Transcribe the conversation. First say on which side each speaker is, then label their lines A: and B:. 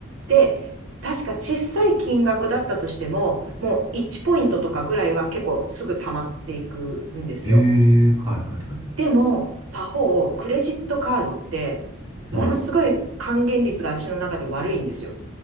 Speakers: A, on the right; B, on the right.
A: で、確か小さい金額だったとしても、もう1ポイントとかぐらいは結構すぐ溜まっていくんですよ。
B: へえ、はいはいはい。
A: でも、他方、クレジットカードって、
B: うん。
A: ものすごい還元率が私の中で悪いんですよ。